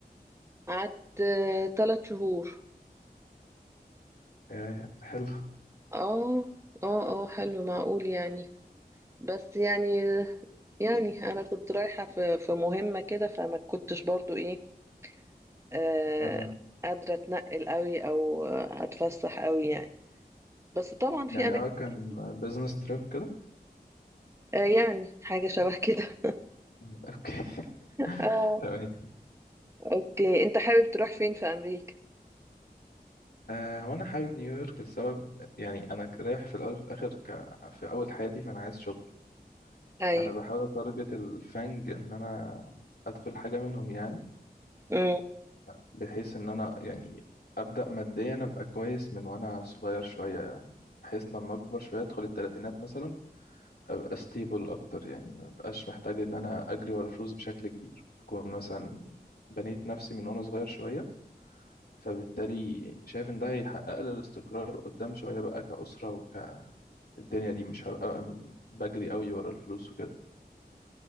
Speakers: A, on the right; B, on the left.
A: قعدت آه، ثلاث شهور
B: آه حلو
A: اه اه اه حلو معقول يعني بس يعني يعني انا كنت رايحه في في مهمه كده فما كنتش برضو ايه آه
B: آه
A: قادره اتنقل قوي او آه، اتفسح قوي يعني بس طبعا في
B: يعني
A: اماكن
B: اه كان
A: كمان
B: بزنس تريب كده
A: آه يعني حاجه شبه كده
B: مم. اوكي <laughs>
A: اه
B: تمام
A: <laughs> اوكي انت حابب تروح فين في امريكا
B: آه هو انا حابب نيويورك لسبب يعني انا ك- رايح في الاول وفي الاخر ك... في اول حياتي فانا عايز شغل
A: ايوه
B: فانا بحاول اتارجت الفانج ان انا ادخل حاجه منهم يعني
A: امم
B: بحيث ان انا يعني ابدا ماديا ابقى كويس من وانا صغير شويه يعني بحيث لما اكبر شويه ادخل الثلاثينات مثلا ابقى ستيبل اكتر يعني ما ابقاش محتاج ان انا اجري ورا فلوس بشكل كبير اكون مثلا بنيت نفسي من وانا صغير شويه فبالتالي شايف ان ده هيحقق لي الاستقرار قدام شويه بقى كأسره وك الدنيا دي مش هبقى بجري قوي ورا الفلوس وكده